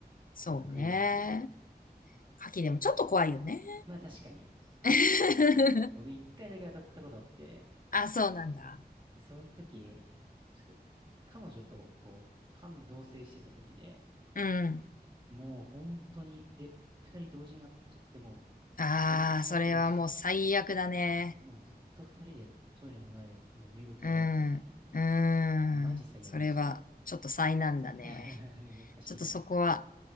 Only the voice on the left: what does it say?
そうね。
かきでもちょっと怖いよね。
<laughs>
あ、そうなんだ。
うん。
ああ、それはもう最悪だね。
うん。うん。
それは、ちょっと災難だね。
ちょっとそこは、